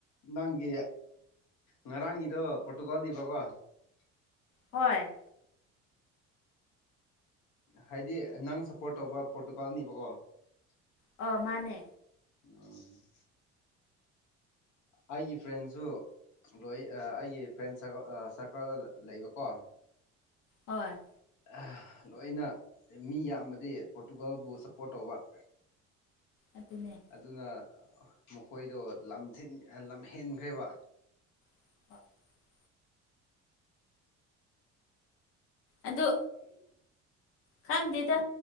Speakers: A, on the left; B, on the left.
A: ꯅꯪꯒꯤ ꯉꯔꯥꯡꯒꯤꯗꯣ ꯄꯣꯔꯇꯨꯒꯜ ꯅꯦꯕꯀꯣ
B: ꯍꯣꯏ
A: ꯍꯥꯏꯗꯤ ꯅꯪ ꯁꯞꯄꯣꯔꯠ ꯇꯧꯕ ꯄꯣꯔꯇꯨꯒꯥꯜꯅꯦꯕꯀꯣ
B: ꯑꯣ ꯃꯥꯅꯦ
A: <inaudible> ꯑꯩꯒꯤ ꯐ꯭ꯔꯦꯟꯁꯨ ꯂꯣꯏ ꯑꯩꯒꯤ ꯐ꯭ꯔꯦꯟ ꯁꯔꯀꯜ ꯁꯔꯀꯜꯗ ꯂꯩꯕꯀꯣ
B: ꯍꯣꯏ
A: ꯑꯥ ꯂꯣꯏꯅ ꯃꯤ ꯌꯥꯝꯕꯗꯤ ꯄꯣꯔꯇꯨꯒꯥꯜꯕꯨ ꯁꯞꯄꯣꯔꯠ ꯇꯧꯕ <inaudible>
B: ꯑꯗꯨꯅꯦ
A: ꯑꯗꯨꯅ ꯃꯈꯣꯏꯗꯣ ꯂꯝꯖꯤꯟ ꯂꯝꯍꯦꯟꯈ꯭ꯔꯦꯕ
B: <inaudible> ꯑꯗꯨ ꯈꯪꯗꯦꯗ